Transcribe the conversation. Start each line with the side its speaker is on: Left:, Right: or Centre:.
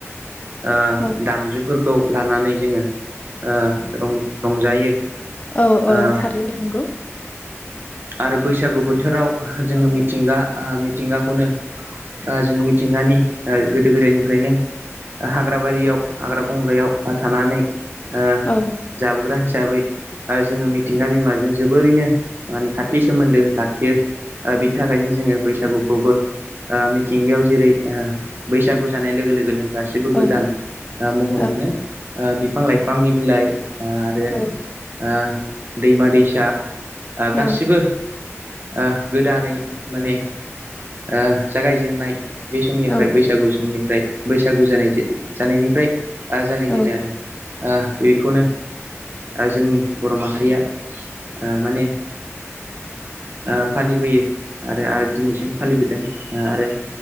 Right: ओ
Left: औ
Right: दामजुफोरखौ लानानै जोङों ओ रं-रंजायो।
Left: औ औ
Right: ओ
Left: थारैनो नंगौ।
Right: आरो बैसागु बोथोराव जोङो मिथिंगा ओ मिथिंगाखौनो ओ जों मिथिंगानि ओ गोदो गोदायनिफ्रायनो हाग्रा बारियाव हाग्रा बंग्रायाव थानानै ओ
Left: औ
Right: जाबोग्रा हिसाबै ओ जोङो मिथिंगा बिमाजों जोबोरैनो माने खाथि सोमोन्दो लाखियो ओ बिनि थाखायनो जोङो बैसागुखौबो ओ मिथिंगायाव जेरै ओ बैसागु जानाय लोगो लोगोनो गासिबो
Left: औ
Right: गोदान
Left: औ
Right: ओ महर
Left: औ
Right: मोनो ओ बिफां लाइफांनि बिलाइ आरो
Left: औ
Right: ओ दैमा दैसा ओ
Left: औ
Right: गासिबो ओ गोदानै माने ओ जागायजेननाय बे समनिफ्राय
Left: औ
Right: बैसागु समनिफ्राय बैसागु जानाय जानायनिफ्राय आ जागायजेनो
Left: औ
Right: आरो ओ बेखौनो ओ जोंनि बर' माहारिया ओ माने ओ फालिबोयो आरो आरो दिनैसिम फालिबोदों ओ आरो